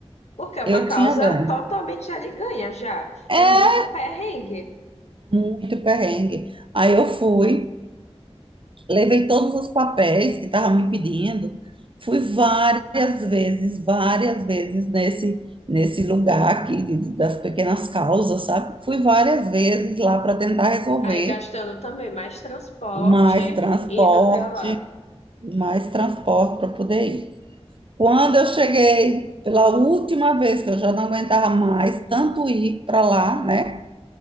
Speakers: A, on the left; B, on the right.
A: Porque é uma
B: Eu
A: causa
B: tinha ganho.
A: totalmente ali ganha já.
B: É
A: É muito perrengue.
B: Muito perrengue. Aí eu fui, levei todos os papéis que estavam me pedindo, fui várias vezes, várias vezes nesse, nesse lugar aqui de- das pequenas causas, sabe? Fui várias vezes lá para tentar resolver.
A: Aí gastando também mais transporte,
B: mais transporte,
A: indo para lá.
B: mais transporte para poder ir. Quando eu cheguei, pela última vez que eu já não aguentava mais tanto ir para lá, né?